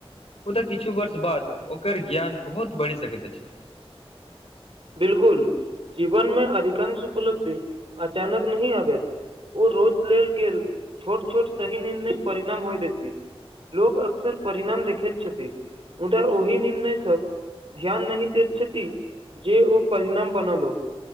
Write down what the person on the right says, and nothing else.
बिलकुल जीवन मे अधिकांश उपलब्धि अचानक नहि आबैत। ओ रोच लेल गेल छोट छोट सही निर्णय परिणाम होय द छै लोक अकसर परिणाम देखैत छथित उदा ओहि निर्णय स ध्यान नहि दैत छथि जे ओ परिणाम बनल ओ